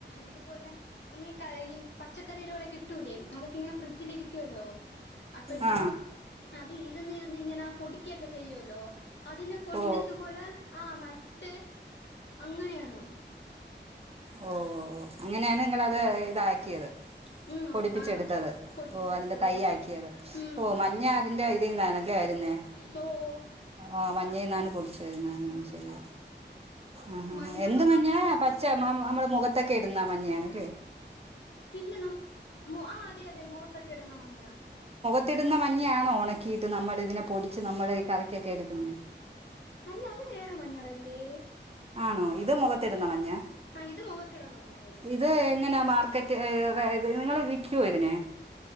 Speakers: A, on the left (about 70°); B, on the right (about 35°).
A: ഇതുപോലെ നമ്മളീക്ക ഈ പച്ചക്കറയിടെ കിട്ടൂലേ അതൊക്കെ ഇങ്ങെനെ ഫ്രിഡ്ജിലിരി ക്കുല്ലോ അപ്പോഴത്തേക്ക്
B: ആ
A: അത് ഇരുന്നു ഇരുന്നു ഇങ്ങനെ പൊടിക്കൊക്കെ ചെയ്യോല്ലോ അതിനെ കൊണ്ട്
B: ഓ
A: ഇതുപോലെ ആ്മ ഇട്ട് അങ്ങനആണൊ
B: ഓ അങ്ങനെയാണ് നിങ്ങളത് ഇതാക്കിയത്
A: ഉം
B: പൊടിപ്പിച്ചെടുത്തത്
A: ആഹ് പൊടിപ്പിച്ചെടുത്തതോ
B: ഓ അതിന്റെ തൈ യാക്കിയത്
A: ഉം
B: ഓ മഞ്ഞ അതിന്റെ ഇതിൽ നിന്നണല്ലേ വരുന്നേ
A: തോ
B: ആ മഞ്ഞെന്നാണ് ആ ആ
A: ഉം
B: ശരി
A: ഉം
B: ആആ
A: മഞ്ഞളും
B: എന്ത്
A: അതുപോലെയാണ്
B: മഞ്ഞാ പച്ച ആം നമ്മൾ മുഖത്തൊക്കെ ഇടുന്ന മഞ്ഞയാണ് ലേ
A: ഇല്ലന്നുആ അതെ അതെ മുഖത്ത് ഒകെ ഇടുന്ന മഞ്ഞ
B: കത്തിടുന്ന മഞ്ഞ ആണോ ഉണക്കിയിട്ട് നമ്മൾ ഇതിനെ പൊടിച്ച് നമ്മള് ഈ കറിക്കൊക്കെ എടുക്കുന്നെ
A: അല്ല അത് വേറെ മഞ്ഞളല്ലേ
B: ആണോ ഇത് മുഖത്തിടുന്ന മഞ്ഞ
A: അ ഇത് മുഖത്തിടണ മഞ്ഞ
B: ഇത് എങ്ങനാ മാർക്കറ്റ് നിങ്ങൾ വിക്കുവോ ഇതിനെ